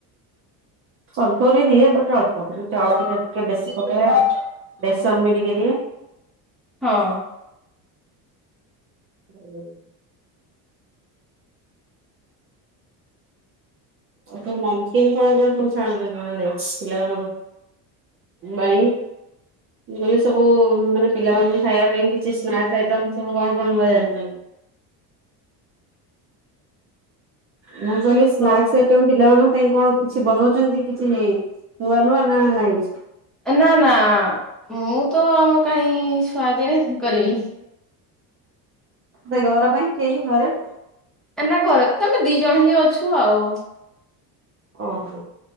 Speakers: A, on the right; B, in the centre.
A: କନଫ୍ଲୋର ବି ଦିଏ ବଟ ଅଳ୍ପ କିନ୍ତୁ ଚାଉଳ ଟିକେ ଟିକେ ବେଶୀ ପକାଏ ବେସନ ବି ଟିକେ ଦିଏ।
B: ହଁ।
A: ହୁଁ। ଆଉ ତୁ ନମକିନ୍ କଣ କଣ ସବୁ ଛାଣୁଛୁ ନା ନାଇ ପିଲାମାନଙ୍କୁ? ପାଇଁ।
B: ହ
A: ମୁଁ କହିଲି ସବୁ ମାନେ ପିଲାମାନେ ଖାଇଆ ପାଇଁ କିଛି ସ୍ନାକ୍ସ ଆଇଟମ୍ ସବୁ କଣ କଣ ନୂଆ ଜାଣିଚନ୍ତି? ମୁଁ କହିଲି ସ୍ନାକ୍ସ
B: ହଁ
A: ଆ ଟମ୍ ପିଲାମାନଙ୍କ ପାଇଁ କଣ କିଛି ବନଉଚନ୍ତି କିଛି ନୂଆ ନୂଆ ନା ନାଇଁ।
B: ନା ନା ମୁଁ ତ ଆମ କାଇଁ ସୁୁଆଦିଆ କରିବି।
A: ବା ଘର ପାଇଁ କେହି ଘରେ
B: ନା ଘରେ ତ ଆମେ ଦିଜଣ ହିଁ ଅଛୁ ଆଉ।
A: ଓ ହୋ।